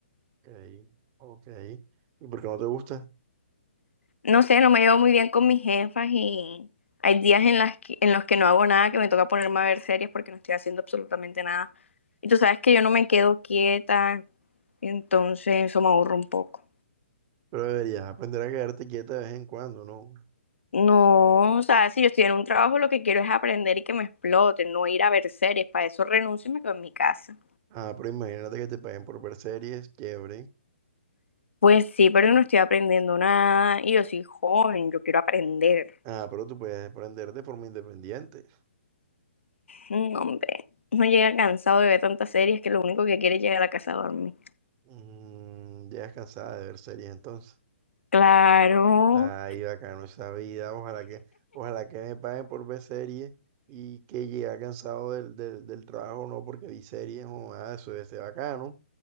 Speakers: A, on the right; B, on the left.
A: ok, ok. ¿Y por qué no te gusta?
B: No sé, no me llevo muy bien con mis jefas y hay días en las que- en los que no hago nada, que me toca ponerme a ver series porque no estoy haciendo absolutamente nada. Y tú sabes que yo no me quedo quieta, entonces eso me aburre un poco.
A: Pero deberías aprender a quedarte quieta de vez en cuando, ¿no?
B: No, o sea, si yo estoy en un trabajo, lo que quiero es aprender y que me exploten, no ir a ver series. Para eso renuncio y me quedo en mi casa.
A: Ah, pero imagínate que te paguen por ver series, chévere.
B: Pues sí, pero yo no estoy aprendiendo nada y yo soy joven, yo quiero aprender.
A: Ah, pero tú puedes aprender de forma independiente.
B: No Hombre, no llega cansado de ver tantas series que lo único que quiere es llegar a casa a dormir.
A: Mm, ya es cansada de ver series entonces.
B: Claro,
A: Ay, bacano esa vida. Ojalá que, ojalá que me paguen por ver series y que llegue cansado del, del, del trabajo, no, porque vi series, o nada, eso debe ser bacano.